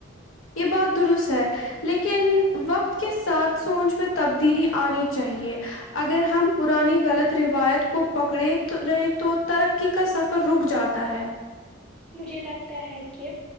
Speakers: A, on the left; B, in the centre.
A: یہ بات درست ہے لیکن وقت کے ساتھ سوچ میں تبدیلی آنی چاہیے اگر ہم پرانی غلط روایت کو پکڑے رہے تو ترقی کا سفر رک جاتا ہے
B: مجھے لگتا ہے کہ